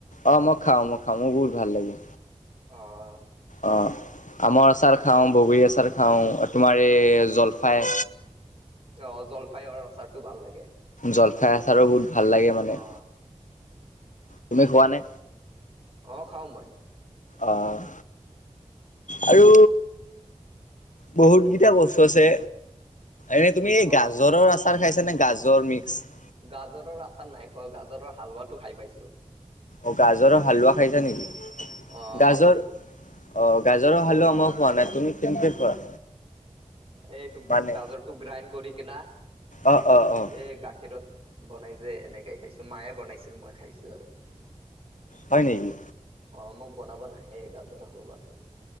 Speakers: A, on the left; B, on the right.
A: অ', মই খাওঁ মই খাওঁ মোৰ বহুত ভাল লাগে।
B: অ',
A: অ', আমৰ আচাৰ খাওঁ। বগৰী আচাৰ খাওঁ। তোমাৰ এই জলফাই
B: অ', জলফাইৰ আচাৰতটো ভাল লাগে।
A: জলফাই আচাৰো বহুত ভাল লাগে মানে।
B: অ
A: তুমি খোৱা নে?
B: অহ', খাওঁ মই।
A: অহ', আৰু বহুতকেইটা বস্তু আছে। এনে তুমি এই
B: অ
A: গাজৰৰ আচাৰ খাইছ নে গাজৰ মিক্স।
B: গাজৰৰ আচাৰ নাই খোৱা গাজৰৰ হালোৱাটো খাই পাইছো।
A: অ', গাজৰৰ হালোৱা খাইছা নেকি?
B: অ
A: গাজৰ
B: খাইছো
A: অ' গাজৰৰ হালুৱা মো খোৱা নাই তুমি কেনেকে খোৱা?
B: এইটো
A: মানে
B: গাজৰটো গ্ৰাইণ্ড কৰি কিনা
A: অ', অ', অ',
B: এই গাখীৰত। বনাই যে এনেকে খাইছো মায়ে বনাইছিল মই। খাইছো আৰু।
A: হয় নেকি?
B: অ', মোক বনাব নাহে গাজৰো হালুৱাটো।